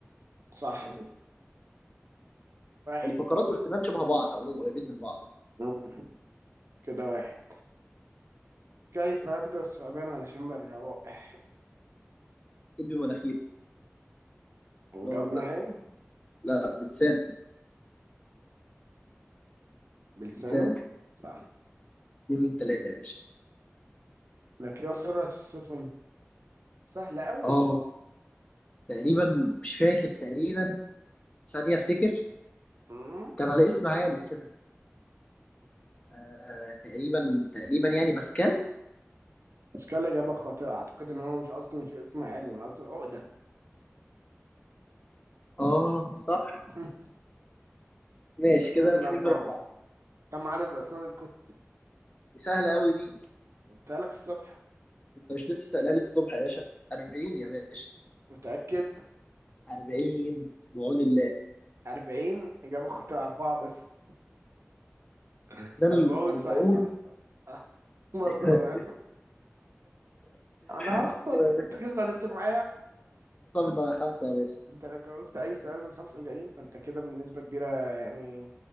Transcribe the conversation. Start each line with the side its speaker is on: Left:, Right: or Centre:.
Right: صح واحد
Left: الفقرات والسنان شبه بعض عموما قريبين من بعض
Right: مم. كده واحد كيف أقدر الثعبان على شم الروائح
Left: اكيد بمناخير بهزر
Right: جاب نهائي
Left: لا بلسان
Right: بلسانه
Left: بلسان
Right: صح
Left: اتنين من ثلاثه يا باشا
Right: مقياس سرعة السفن سهلة أوي
Left: اه تقريبا مش فاكر تقريبا ثانيه افتكر
Right: مم.
Left: كان على اسم عالم كده آه تقريبا تقريبا يعني باسكال
Right: بس كان إجابة خاطئة أعتقد إن هو مش قصده مش اسم عالم قصده العقدة
Left: اه صح
Right: مم.
Left: ماشي
Right: كده
Left: كده
Right: اتنين من
Left: اتنين
Right: أربعة
Left: من أربعة.
Right: كم عدد أسنان الكتب
Left: دي سهله قوي دي
Right: قلتها لك الصبح
Left: انت مش لسه سألها لي الصبح يا باشا 40 يا باشا
Right: متأكد
Left: 40 بعون الله
Right: أربعين إجابة خاطئة أربعة بس <laughs>
Left: اسنان
Right: أربعون
Left: ال 40
Right: صح صح صح آه، <laughs> بهزر
Left: 3
Right: معاك أنا
Left: <laughs>
Right: هخسر أنت كده اتعادلت معايا
Left: من 5 يا باشا
Right: انت لو جاوبت اي سؤال من الخمسه الجايين فانت كده بنسبه كبيره يعني